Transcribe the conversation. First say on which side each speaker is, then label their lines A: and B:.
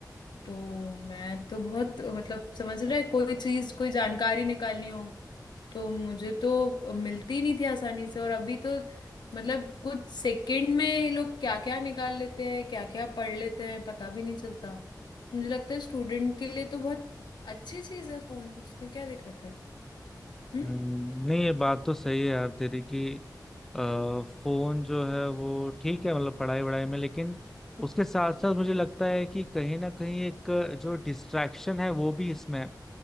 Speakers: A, on the left; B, in the centre.
A: तो मैं तो बहुत मतलब समझ रहे कोई चीज कोई जानकारी निकालनी हो तो मुझे तो मिलती नहीं थी आसानी से और अभी तो मतलब कुछ सेकंड में ये लोग क्या क्या निकाल लेते हैं क्या क्या पढ़ लेते हैं पता भी नहीं चलता मुझे लगता है स्टूडेंट के लिए तो बहुत अच्छी चीज है फोन उसमें क्या दिक्कत है हम्म
B: हम्म, नहीं ये बात तो सही है यार तेरी कि अ, फोन जो है वो ठीक है मतलब पढ़ाई वढ़ाई में लेकिन उसके साथ साथ मुझे लगता है कि कहीं ना कहीं एक जो डिस्ट्रैक्शन है वो भी इसमें है